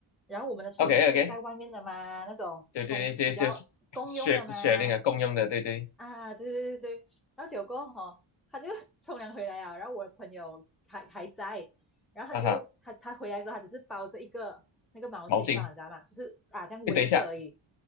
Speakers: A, in the centre; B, on the left.
A: 然后我们的冲凉是在外面的嘛，
B: o k o k
A: 那种公比较公用的嘛。
B: 对对对，就是学学那个共用的，对对，
A: 啊，对对对对，然后结果哈、哦他就 <laughs> 冲凉回来啊，然后我的朋友还还在，然后他就他他回来之后，
B: 啊哈，
A: 他只是包着一个那个毛巾吧，
B: 毛巾，
A: 你知道吗？就是啊，这样围着而已
B: 哎，等一下，